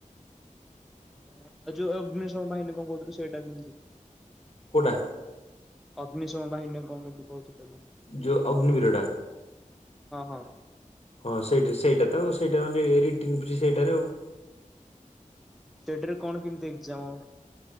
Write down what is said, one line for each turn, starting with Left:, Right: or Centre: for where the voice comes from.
Centre: ଆଉ ଯୋଉ ଅଗ୍ନିଶମ ବାହିନୀ କଣ କହୁଥିଲୁ ସେଇଟା କେମିତି?
Left: କୋଉଟା?
Centre: ଅଗ୍ନିଶମ ବାହିନୀ କଣ ବୋଲି କହୁଥିଲୁ।
Left: ଯୋଉ ଅଗ୍ନିବୀର ଟା
Centre: ହଁ ହଁ।
Left: ହଁ ସେଇଟା ସେଇଟା ତ ଆଉ ସେଇଟା ମାନେ ରିଟିନ୍ ସେଇଟାରେ ଆଉ
Centre: ସେଇଟାରେ କଣ କେମିତି ଏକ୍ଜାମ?